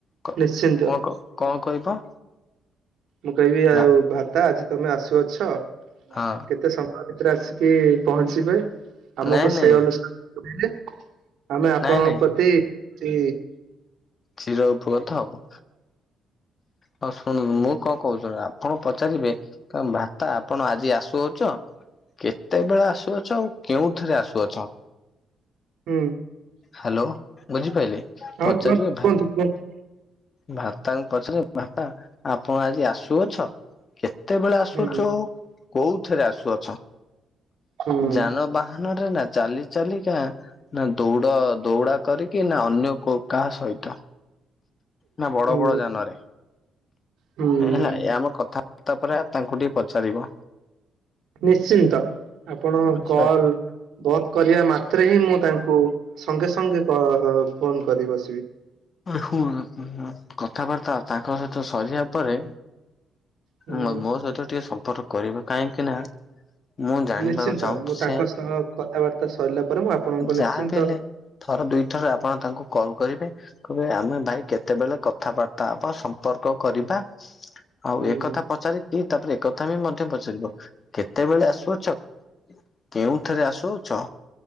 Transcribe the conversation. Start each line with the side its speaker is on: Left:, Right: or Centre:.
Left: କଣ
Right: ନିଶ୍ଚିନ୍ତ
Left: କଣ କଣ କହିବ?
Right: ମୁଁ କହିବି ଆଉ
Left: ନା
Right: ଭ୍ରାତା ଆଜି ତମେ ଆସୁ ଅଛ
Left: ହଁ
Right: କେତେ ସମୟ ରେ ଆସିକି ପହଞ୍ଚିବେ ଆମକୁ
Left: ନାଇଁ ନାଇଁ
Right: ସେଇ ଅନୁସାରେ କହିବେ ଆମେ ଆପଣଙ୍କ
Left: ନାଇଁ ନାଇଁ
Right: ପ୍ରତି ଚି
Left: ଚିରୋଉପକୃତ ହବୁ। ହଁ ଶୁଣୁ ମୁଁ କଣ କହୁଛି ଆପଣ ପଚାରିବେ ଭ୍ରାତା ଆପଣ ଆଜି ଆସୁ ଛ କେତେବେଳେ ଆସୁଅଛ ଆଉ କେଉଁଥିରେ ଆସୁଅଛ।
Right: ହୁଁ
Left: ହାଲୋ ବୁଝିପାଇଲେ
Right: ହଁ
Left: ପଚାରିବେ
Right: କୁହନ୍ତୁ କୁହନ୍ତୁ କୁହନ୍ତୁ
Left: ଭ୍ରାତାକୁଂ ପଚାରିରେ ଭ୍ରାତା ଆପଣ ଆଜି ଆସୁଅଛ କେ କେତେବେଳେ ଆସୁଅଛ
Right: ହୁଁ
Left: ଆଉ କୋଉଥିରେ ଆସୁଅଛ
Right: ହୁଁ
Left: ଯାନବାହାନ ନା ଚାଲି ଚାଲି କା ନା ଦୌଡ ଦୌଡା କରିକି ନା ଅନ୍ୟ କ କାହା ସହିତ। ନା ବଡ
Right: ହୁଁ
Left: ବଡ ଯାନରେ
Right: ହୁଁ
Left: ହେଲା ଆମ କଥାବାର୍ତ୍ତା ପରେ ତାଙ୍କୁ ଟିକେ ପଚାରିବ।
Right: ନିଶ୍ଚିନ୍ତ ଆପଣ
Left: ଆଚ୍ଛା।
Right: କଲ ବନ୍ଦ କରିବା ମାତ୍ରେ ହିଁ ମୁଁ ତାଙ୍କୁ ସଙ୍ଗେ ସଙ୍ଗେ କ ଫୋନ କରି ବସିବି।
Left: ହୁ କଥାବାର୍ତ୍ତା ତାଙ୍କ ସହିତ ସରିବା ପରେ
Right: ହୁଁ
Left: ମୋ ସହିତ ଟିକେ ସମ୍ପର୍କ କରିବା କାହିଁକି ନା ମୁଁ ଜାଣିବାକୁ
Right: ନିଶ୍ଚିନ୍ତ
Left: ଚାହୁଁଛି
Right: ମୁଁ ତାଙ୍କ
Left: ସେ
Right: ସହ କଥାବାର୍ତ୍ତା ସରିଲା ପରେ ମୁଁ ଆପଣଙ୍କୁ
Left: ଯାହା
Right: ନିଶ୍ଚିନ୍ତ
Left: ବି ହେଲେ ଥର ଦୁଇଥର ଆପଣ ତାଙ୍କୁ କ ଲ କରିବେ କହିବେ ଆମେ ଭାଇ କେତେବେଳେ କଥାବାର୍ତ୍ତା ହବା ସମ୍ପର୍କ କରିବା। ଆଉ
Right: ହୁଁ
Left: ଏକଥା ପଚାରିକି ତାପରେ ଏକଥା ବି ମଧ୍ୟ ପଚାରିବ କେତେବେଳେ ଆସୁଅ ଛ କେଉଁଥୀରେ ଆସୁଅଛ